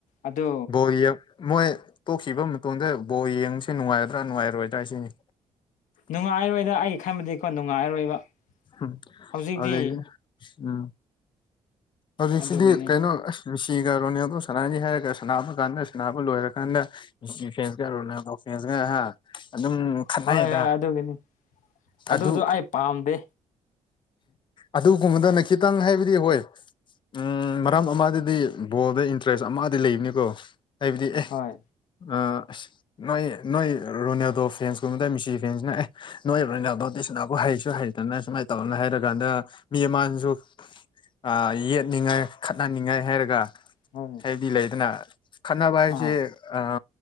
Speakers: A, on the left; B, on the left.
A: ꯑꯗꯨ
B: ꯕꯣꯜ ꯌꯦꯡ ꯃꯣꯏ ꯇꯣꯛꯈꯤꯕ ꯃꯇꯨꯡꯗ ꯕꯣꯜ ꯌꯦꯡꯕꯁꯦ ꯅꯨꯡꯉꯥꯏꯗ꯭ꯔꯥ ꯅꯨꯡꯉꯥꯏꯔꯣꯏꯗ꯭ꯔꯥ ꯍꯥꯏꯁꯤꯅꯤ
A: ꯅꯨꯡꯉꯥꯏꯔꯣꯏꯗ ꯑꯩ ꯈꯟꯕꯗꯤꯀꯣ ꯅꯨꯡꯉꯥꯏꯔꯣꯏꯕ
B: ꯎꯝ
A: ꯍꯧꯖꯤꯛꯇꯤ
B: ꯑꯗꯨꯗꯒꯤ ꯎꯝ ꯑꯗꯨꯁꯤꯗꯤ
A: ꯑꯗꯨꯒꯤꯅꯤ
B: ꯀꯩꯅꯣ ꯑꯁ ꯃꯦꯁꯤꯒ ꯔꯣꯅꯦꯜꯗꯣꯒ ꯁꯅꯥꯒꯅꯤ ꯍꯥꯏꯔꯒ ꯁꯥꯟꯅꯕ ꯀꯥꯟꯗ ꯁꯅꯥꯕ ꯂꯣꯏꯔꯀꯥꯟꯗ ꯃꯦꯁꯤ ꯐꯦꯟꯁꯀ ꯔꯣꯅꯥꯜꯗꯣ ꯐꯦꯟꯁꯀ ꯑꯗꯨꯝ ꯈꯠꯅꯩꯗꯅꯥ
A: ꯍꯣꯏ ꯍꯣꯏ ꯑꯗꯨꯒꯤꯅꯤ ꯑꯗꯨꯗꯣ
B: ꯑꯗꯨ
A: ꯑꯩ ꯄꯥꯝꯗꯦ
B: ꯑꯗꯨꯒꯨꯝꯕꯗꯨꯅ ꯈꯤꯇꯪ ꯍꯥꯏꯕꯗꯤ ꯍꯣꯏ ꯎꯝ ꯃꯔꯝ ꯑꯃꯨꯗꯗꯤ ꯕꯣꯜꯗ ꯏꯟꯇꯔꯦꯁ ꯑꯃꯗꯤ ꯂꯩꯕꯅꯤꯀꯣ ꯍꯥꯏꯕꯗꯤ ꯑꯦ
A: ꯍꯣꯏ
B: ꯑ ꯑꯁ ꯅꯣꯏ ꯅꯣꯏ ꯔꯣꯅꯦꯜꯗꯣ ꯐꯦꯟꯁꯀꯨꯝꯕꯗ ꯃꯤꯁꯤ ꯐꯦꯟꯁꯅ ꯑꯦ ꯅꯣꯏ ꯔꯣꯅꯦꯜꯗꯣꯗꯤ ꯁꯤꯅꯥꯕꯨ ꯍꯩꯁꯨ ꯍꯩ ꯐꯅ ꯁꯨꯃꯥꯏꯅ ꯇꯧꯔꯅꯨ ꯍꯥꯏꯔꯀꯥꯟꯗ ꯃꯤ ꯑꯃꯅꯁꯨ ꯑ ꯌꯦꯠꯅꯤꯡꯉꯥꯏ ꯈꯠꯍꯟꯅꯤꯡꯉꯥꯏ ꯍꯥꯏꯔꯒ
A: ꯍꯣꯏ
B: ꯍꯥꯏꯗꯤ ꯂꯩꯗꯅ ꯈꯠꯅꯕ ꯍꯥꯏꯁꯦ
A: ꯑꯥ
B: ꯑ